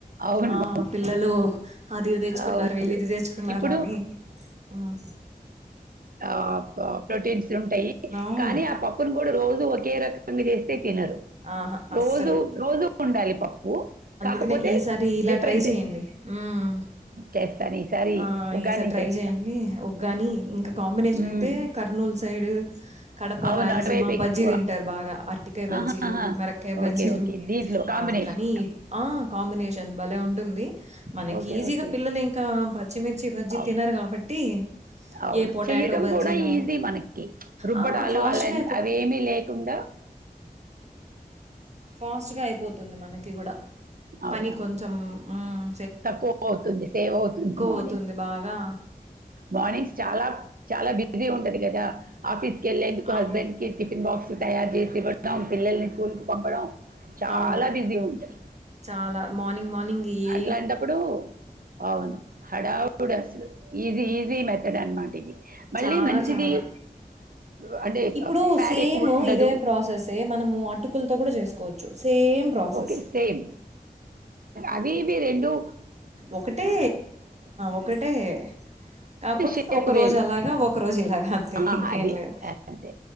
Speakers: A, on the right; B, on the right.
A: అవును
B: ఆహ్ పిల్లలు అది తెచ్చుకున్నారు
A: అవును.
B: వీళ్లు, ఇది తెచ్చుకున్నారు
A: ఇప్పుడు
B: అని ఆహ్
A: ఆహ్ పో ప్రోటీన్స్ ఉంటాయి
B: అవును.
A: కానీ ఆ పప్పును కూడా రోజు ఓక్ ఓకే రకంగా చేస్తే తినరు
B: ఆహా!
A: రోజు
B: అస్సలు.
A: రోజు ఉండాలి పప్పు కాకపోతే
B: కనే ఈసారి ఇలా
A: డిఫరెంట్
B: ట్రై చేయండి ఉహ్
A: చేస్తాను ఈసారి
B: ఆహ్
A: ఉగ్గాని
B: ఈసారి ట్రై
A: చేస్తా
B: చేయండి ఉగ్గాని ఇంకా కాంబినేషన్
A: మ్మ్.
B: అయితే కర్నూలు సైడ్ కడప
A: అవును
B: రాయలసీమ
A: అటువైపు ఎక్కువ
B: బజ్జీ తింటారు బాగా అర్టి కే బజ్జి
A: ఆహాహా.
B: బజ్జీలు మిరకాయ బజ్జీలు
A: ఓకే ఓకే దీంట్లో కాంబినేషన్
B: ఆహ్ కానీ ఆ కాంబినేషన్ భలే ఉంటుంది మనకి
A: ఓకే
B: ఈజీగా
A: ఓకే
B: పిల్లలు ఇంకా పచ్చిమిర్చి బజ్జీ
A: అవును
B: తినరు కాబట్టి
A: అవును
B: ఏ పొటాటో
A: చేయడం
B: బజ్జీనో
A: కూడా ఈజీ మనకి రుబ్బడాలు
B: ఆ! ఫాస్ట్‌గా
A: అలా అవేమీ లేకుండా
B: ఫాస్ట్‌గా అయిపోతుంది మనకి కూడా
A: అవునవును
B: పని కొంచెం ఆహ్
A: తక్కువ అవుతుంది సేవ్ అవుతుంది మార్నింగ్స్
B: అవుతుంది బాగా
A: మార్నింగ్స్ చాలా చాలా బిజీ ఉం టది కదా ఆఫీస్ కేలేందుకు
B: అవును
A: హస్బండ్కి టిఫన్ బాక్స్ తయారు చేసివ్వడం పిల్లల్ని స్కూల్కి పంపడం చాలా
B: అవును
A: బిజీ ఉంటుంది
B: చాలా మార్నింగ్ మార్నింగ్ ఏ
A: అట్లాంటప్పుడు అవును హడావుడు అస్సలు ఈజీ ఈజీ మెథడ్ అన్మాట ఇది మళ్ళీ
B: చాలా
A: మంచిది
B: చాలా
A: ఆ అంటే
B: ఇప్పుడు
A: ఫ్యాట్
B: సేమ్
A: ఎక్కువ ఉండదు
B: ఇదే ప్రాసెసే మనము అటుకులతో కూడా చేసుకోవచ్చు జోసి సేమ్ ప్రాసెస్
A: ఓకే సేమ్ అవి ఇవి రెండు
B: ఒకటే ఒకటే కాకపోతే
A: షేప్
B: ఒకరోజు
A: వేరు
B: అలాగా ఒకరోజు ఇలాగ అంతే
A: ఆ,
B: ఇంకేం
A: అది
B: లేదు
A: అంతే